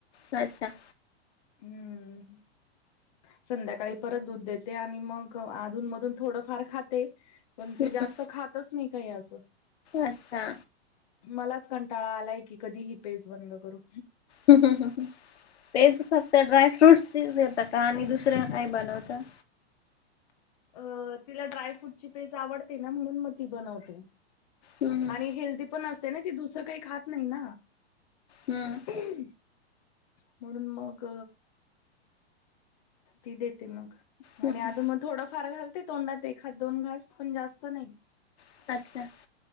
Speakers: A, on the left; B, on the left.
A: अच्छा
B: हम्म संध्याकाळी परत दूध देते आणि मग आधून मधून थोडंफार खाते. पण ती
A: हम्म
B: जास्त खातच नाही काही असं.
A: अच्छा
B: मलाच कंटाळा आलाय की कधीही पेज बंद करू.
A: पज फक्त ड्राय फ्रूट्स येत का आणि दुसर्या काय बनवतं.
B: अ तिला ड्राय फ्रूटची तेेज आवडते ना म्हणून मग ती बनवते.
A: हम्म
B: आणि हेल्दी पण असते ना ती दुसरं काही खात नाही ना.
A: हम्म
B: म्हणून मग. ती देते मग
A: हम्म
B: आणि आधुन मग थोड. फार घालते तोंडात ए हात दोन घास पण जास्त नाही.
A: <unintelligible>